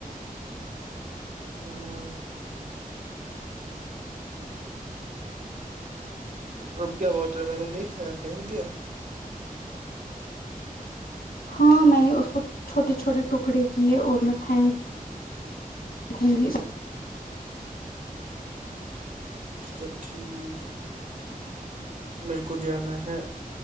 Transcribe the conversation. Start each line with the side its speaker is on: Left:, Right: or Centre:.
Right: ہاں رب گ واٹر مل نہیں کھایا پھینک دیا
Left: ہاں میں نے اس کو چھوٹے چھوٹے ٹکڑے کیے اور میں پن <inaudible>
Right: اچھا ٹھیک میرے کو جانا ہے